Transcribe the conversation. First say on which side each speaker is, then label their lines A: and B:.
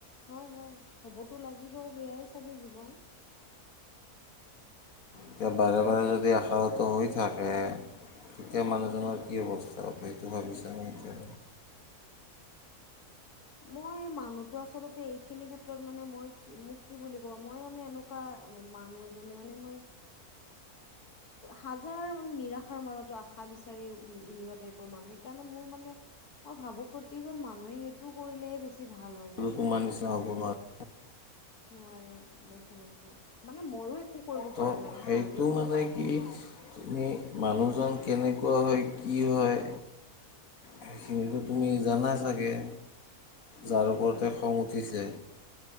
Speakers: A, on the left; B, on the left.
A: হয়, হয় হ'বটো লাগিবই সেয়াই চাগে জীৱন।
B: এতিয়া বাৰে বাৰে যদি আশাহত হৈ থাকে। তেতিয়া মানুহজনৰ কি অৱস্থা সেইটো ভাবিছানে এতিয়া?
A: মই মানুহতো আচলতে এইখিনি ক্ষেত্ৰত মানে মই মোক কি বুলি ক'ব, মই মানে এনেকুৱা মানুহ এজনী মানে মই হাজাৰ মানে নিৰাশাৰ মাজতো আশা বিচাৰি উলিওৱা টাইপৰ মানুহ। সেইকাৰণে মোৰ মানে মই ভাবোঁ, প্ৰতিজন মানুহে সেইটোক কৰিলে বেছি বেছি ভাল হয় নেকি?
B: তোমাৰ নিচিনা হ'ব নোৱাৰে
A: নোৱাৰে ডেফিনেটলি মানে ময়ো একো কৰিব
B: তো
A: পৰা নাই
B: সেইটো
A: হা কিন্তু
B: মানে কি তুমি মানুহজন কেনেকুৱা হয়, কি হয়, সেইখিনিতো তুমি জানা চাগৈ যাৰ ওপৰতে খং উঠিছে।